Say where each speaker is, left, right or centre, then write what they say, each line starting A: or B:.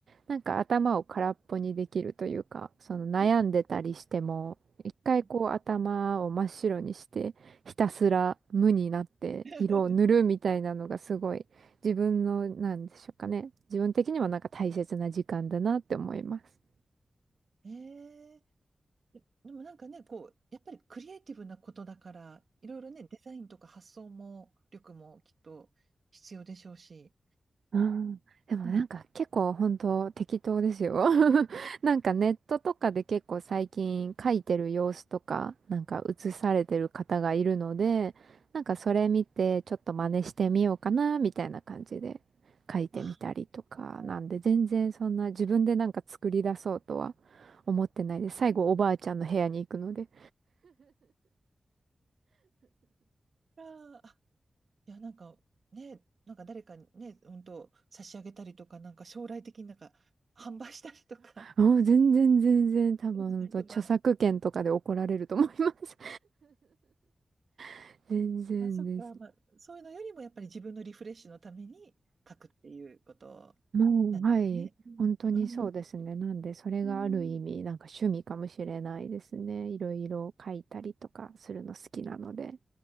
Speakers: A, on the right; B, on the right.
A: なんか頭を空っぽにできるというか、その悩んでたりしても、
B: うん、
A: 一回こう頭を真っ白にして、
B: うん
A: ひたすら無になって色を塗るみたいなのがすごい自分の、
B: <laughs>。
A: なんでしょうかね。自分的にはなんか大切な時間だなって思います。
B: ええでもなんかね、こう、やっぱりクリエイティブなことだから、いろいろね、デザインとか発想も、力もきっと必要でしょうし。
A: うん。でもなんか結構本当適当ですよ。
B: うん。
A: <laughs> なんかネットとかで結構最近書いてる様子とか、なんか写されてる方がいるので、なんかそれ見てちょっと真似してみようかな、みたいな感じで書いてみたりとか、
B: ああー、
A: なんで全然そんな自分でなんか作り出そうとは思ってないです。
B: うんうん
A: 最後おばあちゃんの部屋に行くので、
B: あーいや、なんかね、なんか誰かにね、本当差し上げたりとか、なんか将来的になんか販売したりとか、
A: もう全然全然多分本当著作権とかで怒られると思います。
B: <laughs> そんな、
A: <laughs> 全然です。
B: あ、そっか、まあ、そういうのよりもやっぱり自分のリフレッシュのために書くっていうこと
A: もう、
B: なんだよね。
A: はい。本当にそうですね。
B: うん。
A: なんで、それがある意味、
B: うん。
A: なんか趣味かもしれないですね。いろいろ書いたりとかするの好きなので。